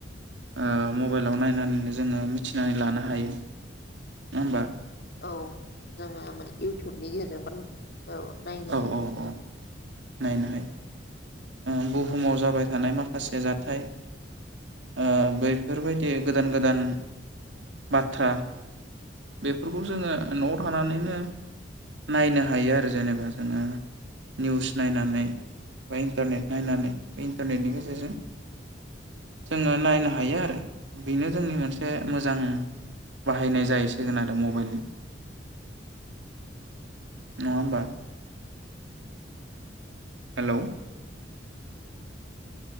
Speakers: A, on the right; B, on the left.
A: ओ मब बाइलाव नायनानैनो जोङो मिथिनानै लानो हायो नङा ओमबा?
B: औ जोङो माने इउटुबनि गेजेरजों <unintelligible> औ नायनो
A: औ
B: हायो।
A: औ औ नायनो हायो। उम बुहुमाव जाबाय थानाय माखासे जाथाय ओ बेफोरबायदि गोदान गोदान बाथ्रा बेफोरखौ जोङो न'आव थानानैनो नायनो हायो आरो जेनेबा ओ निउस नायनानै बा इन्टारनेट नायनानै इन्टारनेटनि गेजेरजों जोङो नायनो हायो आरो बेनो जोंनि मोनसे मोजां बाहायनाय जाहैसिगोन आरो मबाइल नङा ओमबा? हेलौ